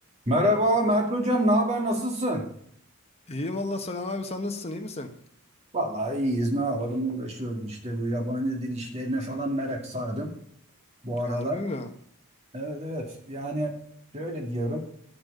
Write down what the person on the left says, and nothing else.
İyiyim valla Selam abi sen nasılsın iyi misin?
Harbi mi?